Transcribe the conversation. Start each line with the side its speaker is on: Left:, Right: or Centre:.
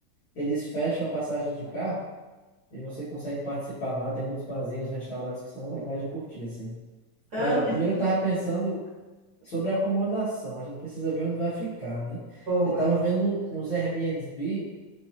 Left: eles fecham a passagem de carro e você consegue participar lá. Tem muitos barzinhos, restaurantes que são legais de curtir, assim.
Right: Ah,
Left: Mas, ó,
Right: mas...
Left: primeiro eu tava pensando sobre a acomodação. A gente precisa ver onde vai ficar, né?
Right: Boa.
Left: Eu tava vendo uns Airbnb